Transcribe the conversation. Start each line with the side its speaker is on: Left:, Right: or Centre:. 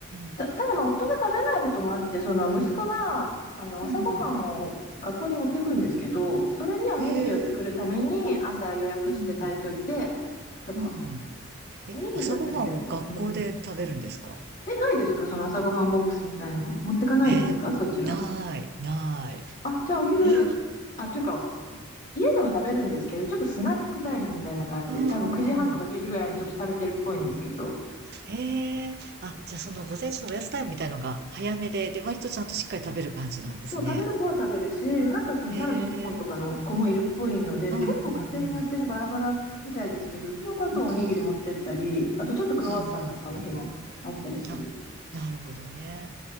Right: ん。
Left: た、ただまあ夫が食べないこともあって、その息子があの朝ごはんを学校に持ってくんですけど、
Right: うん。
Left: それにおにぎりを作るために朝予約して炊いといて
Right: ええ、うんうん、
Left: とか、
Right: うんうん。え、
Left: おにぎりだったら結構、
Right: 朝ごはんを学校で食べるんですか
Left: うん。え、ないですかその朝ごはんボックスみたいの持ってかないですかそちら。
Right: えー、ない、ない。
Left: あ、じゃあお昼、
Right: えー
Left: あ、というか、家でも食べるんですけど、ちょっとスナックタイムみたいな感じで、
Right: うんうんうん。
Left: 多分9時半とか10時ぐらいにちょっと食べてるっぽいんですけど、
Right: へえ、あ、じゃあその午前中のおやつタイムみたいのが早めで、で、割とちゃんとしっかり食べる感じなんですね。
Left: そう、食べる子は食べるし、なんかこのサラミ1本とかの子もいるっぽいので、
Right: へえ、うんうんうん。
Left: 結構家庭によってね、バラバラみたいですけど、うちの家族はおにぎり持ってったり、
Right: うん、
Left: あとちょっとクロワッサンとかの日もあったりする。
Right: うんうん。あ、なるほどね。